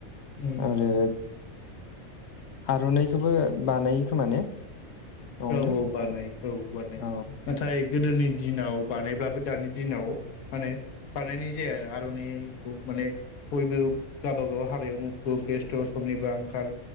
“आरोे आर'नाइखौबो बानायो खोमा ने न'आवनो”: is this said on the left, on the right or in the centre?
Left